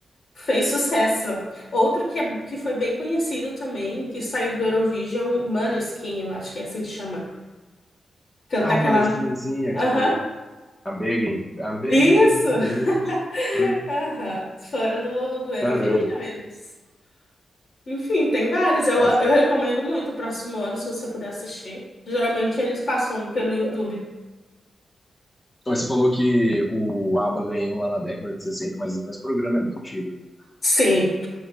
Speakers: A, on the left; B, on the left.
A: fez sucesso. Outro que, é- que foi bem conhecido também, que saiu do Eurovision, Måneskin, eu acho que é assim que chama. Canta
B: Ah, o
A: aquela...
B: Maneskin, sim, aquele.
A: Aham,
B: I'm begging. I'm begging.
A: isso! <laughs>
B: you.
A: Aham, Foram do, do Eurovision
B: Caramba.
A: eles. Enfim, tem vários. Eu,
B: Nossa.
A: eu recomendo muito o próximo ano, se você puder assistir. Geralmente eles passam pelo YouTube.
B: Mas Você falou que o ABBA ganhou lá na década de sessenta mas então esse programa é muito antigo.
A: Sim.